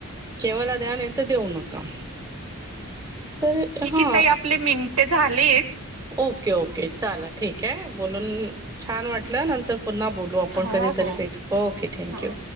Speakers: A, on the right; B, on the right.
A: जेवायला द्या नाही-तर देऊ नका. तर
B: ठीके
A: हा
B: ताई आपली मिनिटे झालीत.
A: Okay okay. चालल ठीक आहे, बोलून छान वाटलं. नंतर पुन्हा बोलू आपण
B: हो
A: कधी तरी
B: हो
A: भेट, ओके थँक्यू.
B: हो.